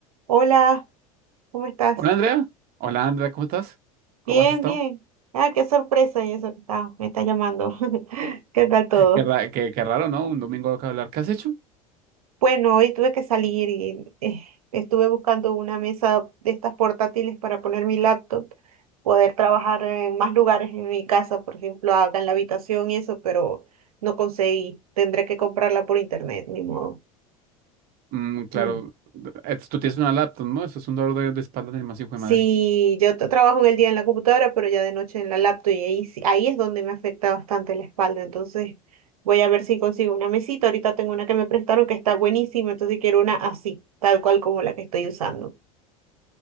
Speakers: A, on the right; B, on the right.
A: Hola, ¿cómo estás?
B: Hola Andrea, hola Andrea, ¿cómo estás? ¿Cómo
A: Bien,
B: has estado?
A: bien. Ah, qué sorpresa y eso que está, me está llamando. <laughs> ¿Qué tal todo?
B: Qué, ra- qué- qué raro, ¿no? Un domingo acá hablar. ¿Qué has hecho?
A: Bueno, hoy tuve que salir y eh, estuve buscando una mesa de estas portátiles para poner mi laptop, poder trabajar en más lugares en mi casa, por ejemplo, acá en la habitación y eso, pero no conseguí. Tendré que comprarla por internet, ni modo.
B: Mm, claro,
A: Mm.
B: eh, tú tienes una laptop, ¿no? Eso es un dolor de, de espalda de más hijo de
A: Sí,
B: madre.
A: yo t- trabajo en el día en la computadora, pero ya de noche en la laptop y ahí, sí- ahí es donde me afecta bastante la espalda. Entonces voy a ver si consigo una mesita. Ahorita tengo una que me prestaron que está buenísima, entonces quiero una así, tal cual como la que estoy usando.